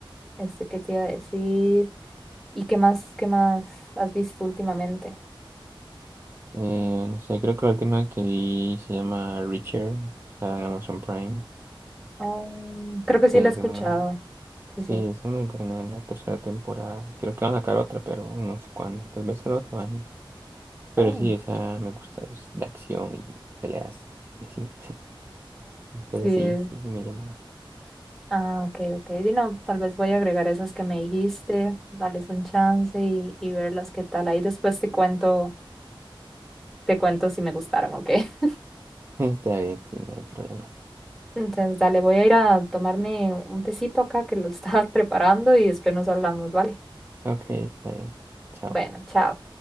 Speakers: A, in the centre; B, on the right.
A: este, ¿qué te iba a decir? ¿Y qué más, qué más has visto últimamente?
B: Eh, no sé, creo que la última que vi se llama Reacher, está en Amazon Prime,
A: Ah, creo que sí
B: pero
A: la he escuchado. Sí, sí.
B: sí, es muy buena la tercera temporada, creo que van a sacar otra, pero no sé cuándo, tal vez el otro año. Pero
A: Ah,
B: sí,
A: <laughs>
B: esa me gusta es la acción y peleas y así. Entonces
A: sí. es-
B: sí, sí, me llamó.
A: Ah, ok, ok. Y no, tal vez voy a agregar esas que me dijiste, darles un chance y, y verlas qué tal. Ahí después te cuento, te cuento si me gustaron, ok. <laughs>
B: <laughs> Está bien, sí, no hay problema.
A: Entonces, dale, voy a ir a tomarme un tecito acá que lo estaba <laughs> preparando y después nos hablamos, ¿vale?
B: Ok, está bien. Chao.
A: Bueno, chao.